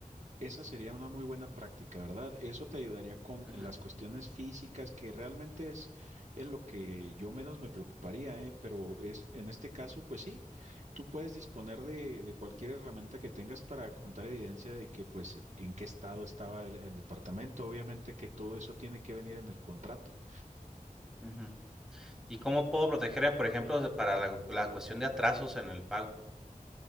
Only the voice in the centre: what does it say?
Ujú,
ujú. ¿Y cómo puedo protegerme, por ejemplo, para la, la cuestión de atrasos en el pago?